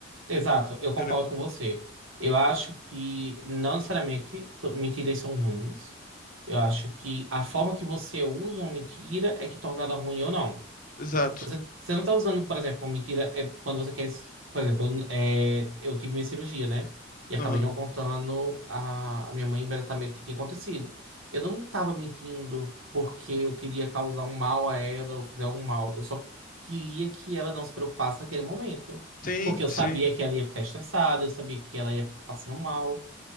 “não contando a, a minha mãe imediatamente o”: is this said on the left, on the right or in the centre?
Right